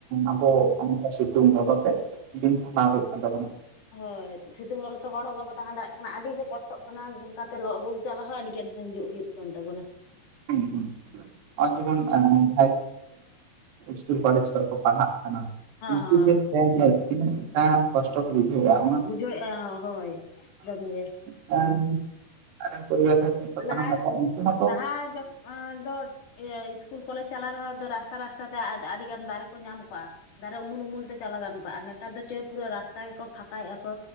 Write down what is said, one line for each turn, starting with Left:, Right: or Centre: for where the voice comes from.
Right: ᱟᱵᱚ ᱚᱱᱠᱟ ᱥᱤᱛᱩᱝ ᱞᱚᱞᱚ ᱛᱮ ᱫᱤᱱ ᱠᱷᱸᱟᱰᱟᱣ ᱦᱩᱭᱩᱜ ᱠᱟᱱ ᱛᱟᱵᱚᱱᱟ᱾
Left: ᱦᱳᱭ ᱥᱤᱛᱩᱝ ᱞᱚᱞᱚ ᱛᱮ ᱦᱚᱲ ᱦᱚᱸ ᱵᱟᱵᱚ ᱛᱟᱦᱮᱸ ᱫᱟᱲᱮᱭᱟᱜ ᱠᱟᱱᱟ ᱟᱹᱰᱤ ᱜᱮ ᱠᱚᱥᱴᱚᱜ ᱠᱟᱱᱟ ᱱᱚᱝᱠᱟᱛᱮ ᱞᱚᱜ ᱨᱳᱜ ᱡᱟᱞᱟ ᱦᱚᱸ ᱟᱹᱰᱤᱜᱟᱱ ᱦᱤᱡᱩᱜ ᱦᱩᱭᱩᱜ ᱠᱟᱱᱟ᱾ ᱠᱟᱱ ᱛᱟᱵᱟᱱᱟ
Right: <unintelligible> ᱟᱨ ᱡᱮᱢᱚᱱ ᱡᱟᱦᱟᱸᱭ ᱤᱥᱠᱩᱞ ᱠᱚᱞᱮᱡᱽ ᱠᱚᱨᱮ ᱠᱚ ᱯᱟᱲᱦᱟᱜ ᱠᱟᱱᱟ
Left: ᱦᱚᱸ
Right: <unintelligible>
Left: ᱦᱚᱸ ᱵᱩᱡᱷᱟᱹᱣᱮᱜ-ᱟ ᱦᱳᱭ ᱮᱫᱚᱢ ᱜᱮ
Right: ᱟᱨ ᱟᱡ ᱯᱚᱨᱤᱵᱟᱨ ᱡᱟᱦᱟᱸ ᱛᱤᱱᱟᱹᱜ ᱠᱚ
Left: ᱞᱟᱦᱟ
Right: ᱛᱟᱦᱮᱱ ᱛᱟᱠᱚᱣᱟ ᱩᱱᱠᱩ ᱢᱟᱠᱚ
Left: <unintelligible> ᱤᱭᱟᱹ ᱤᱥᱠᱩᱞ ᱠᱚᱞᱮᱡᱽ ᱪᱟᱞᱟ ᱨᱮᱦᱚᱸ ᱨᱟᱥᱛᱟ ᱨᱟᱥᱛᱟ ᱛᱮ ᱟᱹᱰᱤ ᱜᱟᱱ ᱫᱟᱨᱮ ᱠᱚ ᱧᱟᱢ ᱠᱚᱜ-ᱟ᱾ ᱫᱟᱨᱮ ᱩᱢᱩᱞ ᱩᱢᱩᱞ ᱛᱮ ᱪᱟᱞᱟ ᱜᱟᱱ ᱠᱚ-ᱟ ᱱᱮᱛᱟᱨ ᱫᱚ ᱡᱮ ᱯᱩᱨᱟᱹ ᱨᱟᱥᱛᱟ ᱜᱮᱠᱚ ᱯᱷᱟᱸᱠᱟ ᱮ-ᱟ ᱠᱚ